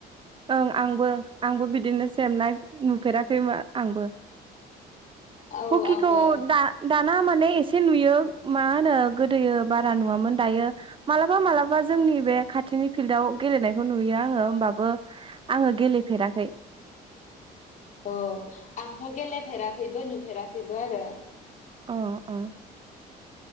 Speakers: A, on the right; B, on the left.
A: ओं आंबो आंबो बिदिनो सेम नाय नुफेराखैबो आंबो
B: औ
A: हखिखौ
B: आंबो
A: दा दा ना माने एसे नुयो मा होनो गोदोयो बारा नुवामोन दायो मालाबा मालाबा जोंनि बे खाथिनि फिल्डआव गेलेनायखौ नुयो आङो होमबाबो आङो गेलेफेराखै
B: औ आंथ' गेलेफेराखैबो नुफेराखैबो आरो
A: अ अ